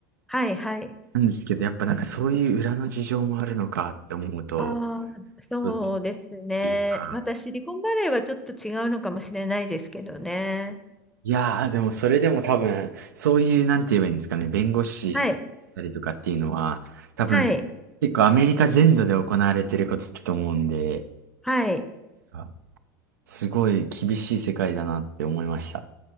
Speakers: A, in the centre; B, on the right.
A: はいはい。
B: なんですけど、やっぱなんかそういう裏の事情もあるのかって思うと、
A: ああ、そうですね。
B: どうっていうか
A: またシリコンバレーはちょっと違うのかもしれないですけどね。
B: いやー、でもそれでも多分、そういう、なんて言えばいいんですかね、弁護士だったりとかっていうのは、
A: はい。
B: 多分、
A: はい。
B: 結構アメリカ全土で行われてることだと思うんで、
A: はい。
B: あすごい厳しい世界だなって思いました。